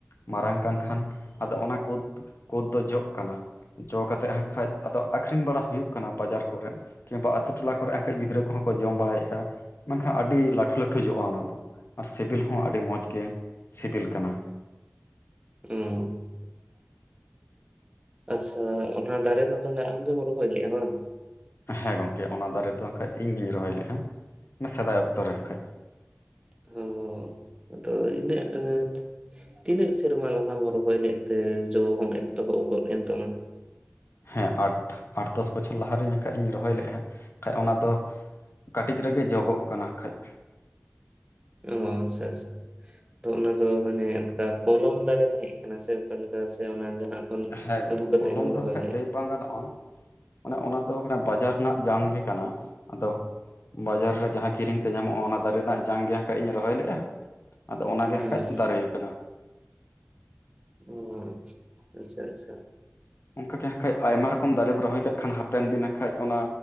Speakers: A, on the left; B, on the right.
A: ᱢᱟᱨᱟᱝ ᱠᱟᱱ ᱠᱷᱟᱱ ᱟᱫᱚ ᱚᱱᱟ ᱠᱩᱫ ᱠᱩᱳᱫᱽ ᱫᱚ ᱡᱚᱜ ᱠᱟᱱᱟ ᱡᱚ ᱠᱟᱛᱮᱫ ᱦᱟᱸᱜ ᱠᱷᱟᱡ ᱟᱫᱚ ᱟᱠᱷᱨᱤᱧ ᱵᱟᱲᱟ ᱦᱩᱭᱩᱜ ᱠᱟᱱᱟ ᱵᱟᱡᱟᱨ ᱠᱚᱨᱮᱫ, ᱠᱤᱢᱵᱟ ᱟᱹᱛᱩ ᱴᱚᱞᱟ ᱠᱚᱨᱮᱱ ᱟᱠᱷᱟᱡ ᱜᱤᱫᱽᱨᱟᱹ ᱠᱚᱦᱚᱸ ᱠᱚ ᱡᱚᱢ ᱵᱟᱲᱟᱭᱮᱜᱼᱟ ᱢᱮᱱᱠᱷᱟᱱ ᱟᱹᱰᱤ ᱞᱟᱹᱴᱩ ᱞᱟᱹᱴᱩ ᱡᱚᱜᱼᱟ ᱚᱱᱟ ᱫᱚ᱾ ᱟᱨ ᱥᱤᱵᱤᱞ ᱦᱚᱸ ᱟᱹᱰᱤ ᱢᱚᱸᱡᱽ ᱜᱮ ᱥᱤᱵᱤᱞ ᱠᱟᱱᱟ᱾
B: ᱦᱩᱸ ᱟᱪᱪᱷᱟ ᱚᱱᱟ ᱫᱟᱨᱮ ᱫᱚ ᱛᱟᱦᱚᱞᱮ ᱟᱢᱜᱮᱢ ᱨᱚᱦᱚᱭ ᱞᱮᱫᱼᱟ ᱵᱟᱝ?
A: ᱦᱮᱸ ᱜᱚᱢᱠᱮ ᱚᱱᱟ ᱫᱟᱨᱮ ᱫᱚ ᱠᱷᱟᱡ ᱤᱧ ᱜᱤᱧ ᱨᱚᱦᱚᱭ ᱞᱮᱼᱟ ᱥᱮᱫᱟᱭ ᱚᱠᱛᱚᱨᱚ ᱟᱠᱷᱟᱡ᱾
B: ᱦᱚᱸ ᱟᱫᱚ ᱤᱱᱟᱹᱜ ᱟᱸᱴ ᱛᱤᱱᱟᱹᱜ ᱥᱮᱨᱢᱟ ᱞᱟᱦᱟᱢ ᱨᱚᱦᱚᱭ ᱞᱮᱫ ᱛᱮ ᱡᱚ ᱦᱚᱸ ᱮᱠᱛᱚᱦᱚᱵ ᱜᱚᱫ ᱮᱱ ᱛᱟᱢᱟ?
A: ᱦᱮᱸ ᱟᱴ ᱟᱴ ᱫᱚᱥ ᱵᱚᱪᱷᱚᱨ ᱞᱟᱦᱟᱨᱤᱧ ᱠᱷᱟᱡ ᱤᱧ ᱨᱚᱦᱚᱭ ᱞᱮᱜᱼᱟ ᱠᱷᱟᱡ ᱚᱱᱟ ᱫᱚ ᱠᱟᱹᱴᱤᱡ ᱨᱮᱜᱮ ᱡᱚᱜᱚᱠ ᱠᱟᱱᱟ ᱠᱷᱟᱡ,
B: ᱚ ᱟᱪᱪᱷᱟ ᱟᱪᱪᱷᱟ᱾ ᱛᱚ ᱚᱱᱟ ᱫᱚ ᱢᱟᱱᱮ ᱚᱱᱠᱟ ᱠᱚᱞᱚᱢ ᱫᱟᱨᱮ ᱛᱟᱦᱮᱸ ᱠᱟᱱᱟ ᱥᱮ ᱚᱠᱟᱞᱮᱠᱟ ᱥᱮ ᱚᱱᱟ ᱡᱟᱦᱟᱸ ᱠᱷᱚᱱ
A: ᱦᱮᱸ
B: ᱟᱹᱜᱩ ᱠᱟᱛᱮᱜ
A: ᱠᱚᱞᱚᱢ
B: ᱜᱮᱢ
A: ᱫᱚ
B: ᱨᱚᱦᱚᱭ
A: ᱠᱷᱟᱡ
B: ᱞᱮᱫᱼᱟ
A: ᱞᱟᱹᱭ ᱵᱟᱝ ᱜᱟᱱᱚᱜᱼᱟ᱾ ᱚᱱᱮ ᱚᱱᱟ ᱫᱚ ᱵᱟᱡᱟᱨ ᱨᱮᱱᱟᱜ ᱡᱟᱝ ᱜᱮ ᱠᱟᱱᱟ ᱟᱫᱚ ᱵᱟᱡᱟᱨ ᱨᱮ ᱡᱟᱦᱟᱸ ᱠᱤᱨᱤᱧ ᱛᱮ ᱧᱟᱢᱚᱜᱼᱟ ᱚᱱᱟ ᱫᱟᱨᱮ ᱨᱮᱱᱟᱜ ᱡᱟᱝ ᱜᱮ ᱟᱠᱷᱟᱡ ᱤᱧ ᱨᱚᱦᱚᱭ ᱞᱮᱜᱼᱟ᱾ ᱟᱫᱚ ᱚᱱᱟᱜᱮ ᱦᱟᱸᱠᱷᱟᱡ
B: ᱦᱩᱸ
A: ᱫᱟᱨᱮ ᱠᱟᱱᱟ᱾
B: ᱚ ᱟᱪᱪᱷᱟ ᱟᱪᱪᱷᱟ ᱟᱪᱪᱷᱟ ᱾
A: ᱚᱱᱠᱟᱜᱮ ᱦᱟᱸᱠᱷᱟᱡ ᱟᱭᱢᱟ ᱨᱚᱠᱚᱢ ᱫᱟᱨᱮᱢ ᱨᱚᱦᱚᱭ ᱠᱟᱜ ᱠᱷᱟᱱ ᱦᱟᱯᱮᱱ ᱫᱤᱱ ᱦᱟᱸᱠᱷᱟᱡ ᱚᱱᱟ